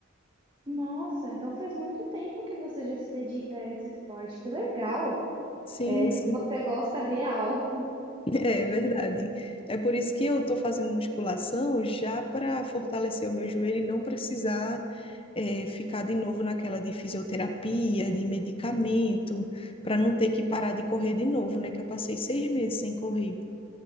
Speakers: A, on the right; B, on the left.
A: Nossa, então faz muito tempo que você já se dedica a esse esporte, que legal!
B: Sim,
A: É, você
B: sim,
A: gosta real.
B: <laughs> é verdade. É por isso que eu tô fazendo musculação já para fortalecer o meu joelho e não precisar eh, ficar de novo naquela de fisioterapia, de medicamento, para não ter que parar de correr de novo, né? Que eu passei seis meses sem correr.